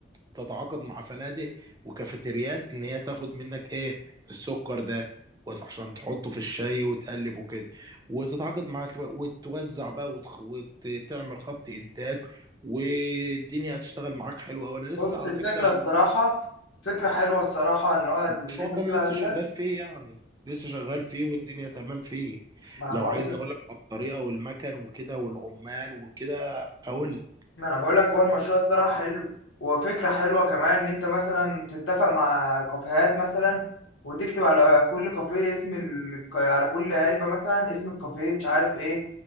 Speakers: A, on the right; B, on the left.
A: تتعاقد مع فنادق وكافيتريات ان هي تاخد منك ايه السكر ده وت- عشان تحطه في الشاي وتقلب وكده وتتعاقد مع وتوزع بقى وتخ... وتعمل خط انتاج والدنيا هتشتغل معاك حلوه وانا لسه
B: بص
A: على
B: الفكره
A: فكره
B: الصراحه فكره حلوه الصراحه اللي هو اللي
A: المشروع
B: انت بتقول
A: ده انا لسه
B: عليه
A: شغال
B: ده
A: فيه يعني لسه شغال فيه والدنيا تمام فيه
B: ما انا
A: لو
B: بقول
A: عايزني اقول لك على الطريقه والمكن وكده والعمال وكده اقول لك.
B: ما انا بقول لك هو المشروع الصراحه حلو وفكره حلوه كمان ان انت مثلا تتفق مع كافيهات مثلا وتكتب على كل كافيه اسم ال... على كل علبه مثلا اسم الكافيه مش عارف ايه